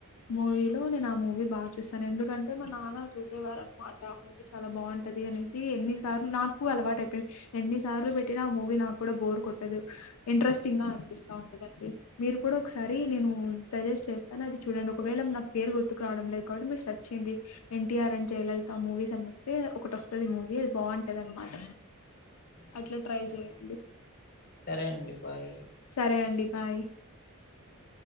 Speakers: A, on the left (about 80°); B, on the left (about 45°).
A: మూవీలో నేను ఆ మూవీ బాగా చూస్తాను ఎందుకంటే మా నాన్న చూసేవారు అనమాట మూవీ చాలా బాగుంటది అనేసి ఎన్ని సార్లు నాకు అలవాటు అయిపోయింది ఎన్నిసార్లు పెట్టిన ఆ మూవీ నాకు కూడా బోర్ కొట్టదు ఇంట్రెస్టింగ్గా అనిపిస్త ఉంటుందండి మీరు కూడా ఒకసారి నేను
B: అవునా
A: సజెస్ట్ చేస్తాను ను కానీ అది చూడండి ఒకవేళ నా పేరు గుర్తుకు రావడం లేదు కాబట్టి మీరు సచ్ిడి ఎన్టీఆర్ అండ్ జయలలిత మూవీస్ అనిస్తే ఒకటి వస్తుంది మూవీ అది బాగుంటది అనమాట
B: ఉమ్,
A: అట్లా ట్రై
B: సరే
A: చెయండి
B: అండి సరే అండి బాయ్
A: సరే అండి బాయ్
B: బ